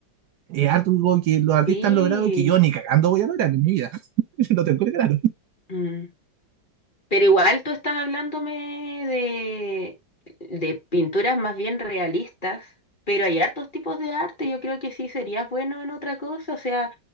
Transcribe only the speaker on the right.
es algo que los artistas
han logrado y que yo ni cagando voy a lograr en mi vida. <laughs> No tengo claro.